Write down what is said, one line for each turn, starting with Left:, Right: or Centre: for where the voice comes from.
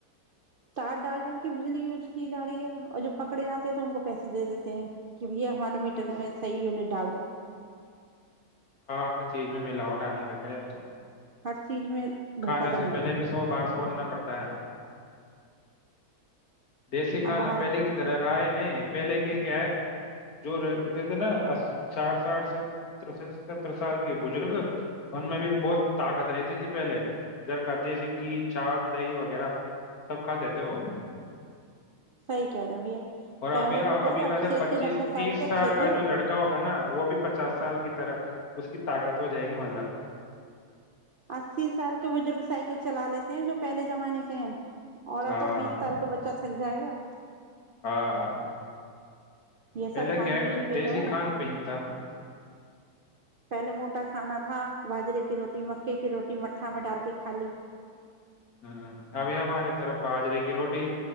Right: تار ڈال ڈال کے بجلی یوز کی جا رہی ہے اور جو پکڑے جاتے ہیں تو ان کو پیسے دے دیتے ہیں کہ بھیا ہمارے میٹروں میں صحی یونٹ ڈال دو
Left: ہاں ہر چیز میں ملاوٹ آنے لگے ہے اب تو
Right: ہر چیز میں دھوکا
Left: کھانے
Right: دھڑی
Left: سے پہلے
Right: ہے
Left: بھی سو بار سوچنا پڑتا ہے دیسی کھانا
Right: اب باہر
Left: پہلے کی طرح رہا ہے نہیں پہلے کے کیا ہے جو رتے تھے نا ساٹھ ساٹر ستر سال کے بزرگ ان میں بھی بہت طاقت رہتی تھی پہلے گھر کا دیسی گھی چا دہی وغیرہ سب کھاتات تھے وہ
Right: صحیح کہہ رہے بھیا
Left: اور ابھی
Right: پہلے بزرگ
Left: ابھی کہتے
Right: اسی
Left: پچیس
Right: اسی نبے
Left: تیس
Right: کے اچھے
Left: سال کا
Right: تھے
Left: جو لڑکا ہوگا نا وہ بھی پچاس سال کی طرح اس کی طاقت ہو جائے گی مطلب
Right: اسی سال کے بزرگ سائیکل چلا لیتے ہیں جو پہلے زمانے کے ہیں اور
Left: ہاں
Right: آپ کا بیس سال کا بچہ تھک جائے گا
Left: ہاں
Right: یہ
Left: پہلے
Right: سب کھان
Left: کیا ہے
Right: پین پہ
Left: دیسی
Right: تو ہے
Left: کھان پہن تھا
Right: پہلے موٹا کھانا تھا باجرے کی روٹی مکے کی روٹی میں تھام ڈال کے کھا لی
Left: ہاں، ابھی ہماراری طرف باجرے کی روٹی